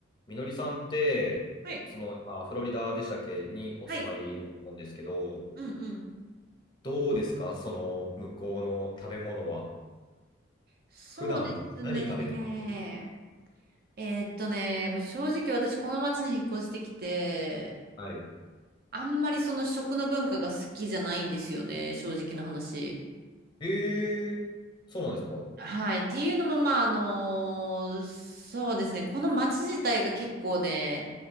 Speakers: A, on the left (about 25°); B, on the right (about 50°).
A: みのりさんって、
B: はい。
A: その、今、フロリダでしたっけにお住まいだと思うんですけど、
B: はい。うんうん。
A: どうですかその、向こうの食べ物は。
B: そうですね。
A: 普段、何食べてます
B: えーっとね、もう正直私この町に引っ越してきて、
A: はい。
B: あんまりその食の文化が好きじゃないんですよね、正直な話。
A: ええー、そうなんですか
B: はい。っていうのも、まあ、あのーそうですね。この町自体が結構ね、